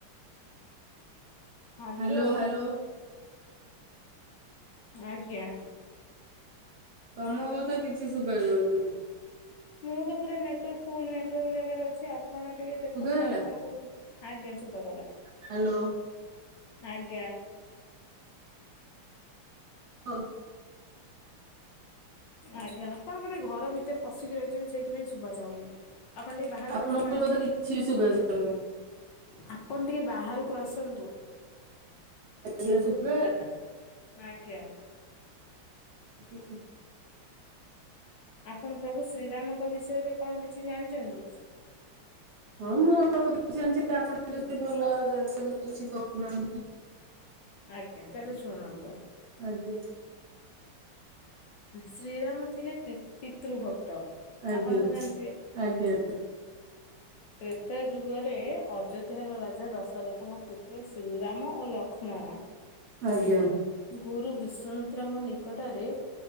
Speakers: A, on the left (about 70°); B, on the right (about 60°).
A: Hello
B: hello hello.
A: ଆଜ୍ଞା।
B: ତମ କଥା କିଛି ଶୁବାଯାଉନି।
A: ମୁଁ ତ ପୁରା ନେଟୱାର୍କ ଫୁଲ୍ ନେଟୱାର୍କ ଜାଗାରେ ଅଛି ଆ ଆପଣ ଟିକେ ଦେଖନ୍ତୁ
B: ଶୁଭା ହେଲା।
A: ଆପଣ କୋଉଠି ଆଜ୍ଞା ଶୁବାଗଲା।
B: ହାଲୋ।
A: ଆଜ୍ଞା।
B: ଓ
A: ଆଜ୍ଞା ଆପଣ ବୋଧେ ଘର ଭିତରେ ପଶିକି ରହିଚନ୍ତି ସେଇଥିପାଇଁ ଶୁବାଯାଉନି। ଆପଣ ଟିକେ ବାହାରକୁ
B: ଆପଣଙ୍କ
A: ଆସୁନାହାନ୍ତି।
B: କଥା କିଛି ଶୁବାଯାଉନି।
A: ଆପଣ ଟିକେ ବାହାରକୁ ଆସନ୍ତୁ।
B: ଅଛି ଏବେ ଶୁବାଗଲା?
A: ଆଜ୍ଞା।
B: ଆଜ୍ଞା।
A: ଆପଣ ପ୍ରଭୁ ଶ୍ରୀରାମଙ୍କ ବିଷୟରେ କଣ କିଛି ଜାଣିଚନ୍ତି?
B: ହଁ ମୁଁ ଅଳ୍ପ କିଛି ଜାଣିଚି ଆପଣ ଯଦି ଭଲ ଜାଣିଛନ୍ତି କଣ କିଛି କୋହୁନାହାନ୍ତି।
A: ଆଜ୍ଞା ତାହେଲେ ଶୁଣନ୍ତୁ।
B: ଆଜ୍ଞା।
A: ଶ୍ରୀରାମ ଥିଲେ ପି-ପିତୃଭକ୍ତ।
B: ଆଜ୍ଞା
A: ଆପଣ ତ ଜାଣିଥିବେ?
B: ଆଜ୍ଞା
A: ତ୍ରେତୟା ଯୁଗରେ ଅଯୋଧ୍ୟାର ରାଜା ଦଶ ରଥଙ୍କ ପୁତ୍ର ଶ୍ରୀରାମ ଓ ଲକ୍ଷ୍ମଣ
B: ଆଜ୍ଞା
A: ଗୁରୁ ବିଶ୍ବାମିତ୍ରାଙ୍କ ନିକଟରେ